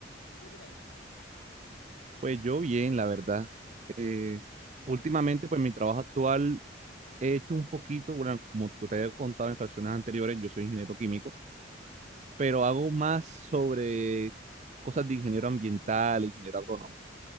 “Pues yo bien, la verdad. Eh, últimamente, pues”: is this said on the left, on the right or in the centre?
Right